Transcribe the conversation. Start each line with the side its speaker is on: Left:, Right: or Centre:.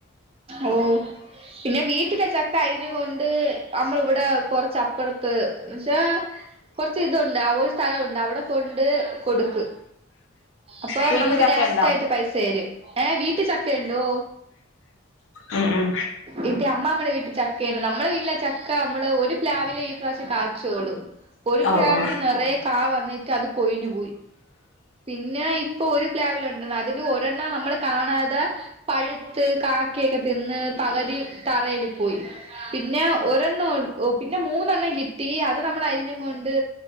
Right: ഓഹ് പിന്നെ വീട്ടിലെ ചക്ക അരിഞ്ഞൊണ്ട് നമ്മൾ ഇവിടെ കൊറച്ച് അപ്പുറത്ത് എന്ന് വെച്ച കെറച്ച് ഇതുണ്ട് ആഹ് വോയി സ്ഥലം ഒണ്ട് അവിടെ കൊണ്ട് കൊടുക്ക് അപ്പൊ
Left: വീട്ടില്
Right: നമക്ക്
Left: ചക്കയുണ്ടോ
Right: ഡയറക്റ്റ് ആയിട്ട് പൈസ തരും. ഏഹ് വീട്ടിൽ ചക്ക ഒണ്ടോ?
Left: ഉം ഉം.
Right: എട്ട അമ്മമാമ്മെടെ വീട്ടിൽ ചക്കയെണ്ട്. നമ്മുടെ വീട്ടിലെ ചക്ക നമ്മള് ഒരുപ്ലവിലെ ഇപ്രാവശ്യം കായിച്ചോളു. ഒരു
Left: ഓ
Right: പ്ലാവില്
Left: ഓ
Right: നിറെ കാ വന്നിട്ട് അത് കൊഴിഞ്ഞു പോയി. പിന്നെ ഇപ്പൊ ഒരു പ്ലാവില് ഒണ്ട്, അതില് ഒരെണ്ണം നമ്മള് കാണാതെ പഴുത്ത് കാക്കയൊക്കെ തിന്ന് പകതി തറയിൽ പോയി പിന്നെ ഒര പിന്നെ മൂന്നെണ്ണം കിട്ടി അത് നമ്മൾ അരിഞ്ഞ് കൊണ്ട്